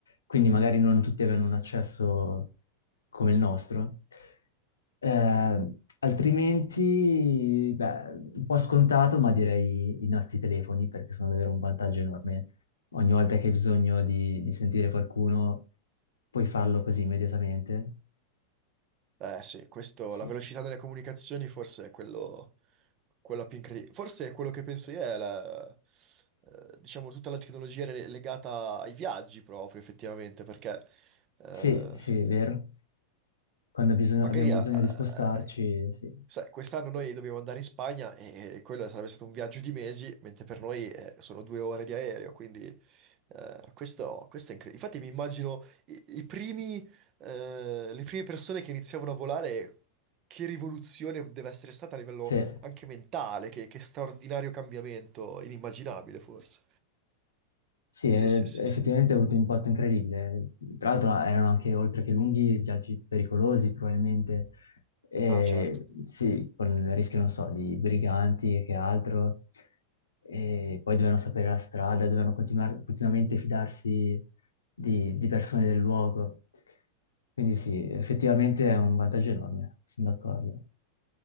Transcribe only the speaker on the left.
quindi magari non tutti avevano un accesso come il nostro. Eh, altrimenti, beh, un po' scontato, ma direi i nostri telefoni perché sono davvero un vantaggio enorme. Ogni volta che hai bisogno di, di sentire qualcuno, puoi farlo così immediatamente.
Sì,
sì, sì, è vero. Quando bisogno-
abbiamo
bisogno
di spostarci, sì.
Sì.
Sì,
eh,
effettivamente
ha avuto un impatto incredibile. Tra l'altro erano anche oltre che lunghi, viaggi pericolosi probabilmente, E,
sì, con il rischio, non so, di briganti e che altro. E poi dovevano sapere la strada, dovevano continuar- continuamente fidarsi di, di persone del luogo. Quindi sì, effettivamente è un vantaggio enorme, sono d'accordo.